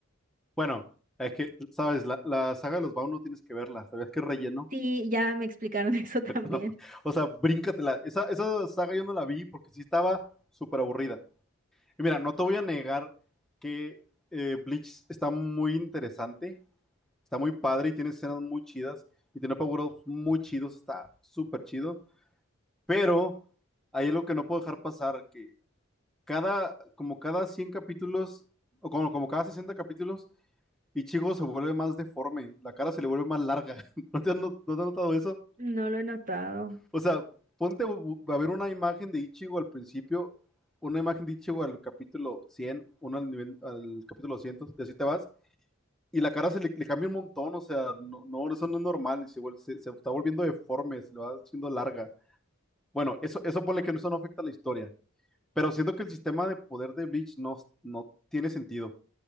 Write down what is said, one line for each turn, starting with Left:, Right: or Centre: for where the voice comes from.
Centre: Bueno, es que, sabes, la, la saga de los Bound no tienes que verla. ¿Sabías que es relleno?
Right: Sí, ya me explicaron <laughs> eso también.
Centre: No, o sea, bríncatela. Esa, esa saga yo no la vi porque sí estaba súper aburrida. Y mira, no te voy a negar que eh, Bleach está muy interesante, está muy padre y tiene escenas muy chidas y tiene paguros muy chidos, está súper chido. Pero ahí es lo que no puedo dejar pasar, que cada, como cada 100 capítulos, o como, como cada 60 capítulos, Ichigo se vuelve más deforme, la cara se le vuelve más larga. <laughs> ¿No te has, no- no te has notado eso?
Right: No lo he notado.
Centre: O sea, ponte a ver una imagen de Ichigo al principio, una imagen de Ichigo al capítulo 100, uno al, nivel, al capítulo 200, y así te vas. Y la cara se le, le cambia un montón, o sea, no, no, eso no es normal, se, se, se está volviendo deforme, se le va haciendo larga. Bueno, eso, eso ponle que eso no afecta a la historia, pero siento que el sistema de poder de Bleach no, no tiene sentido.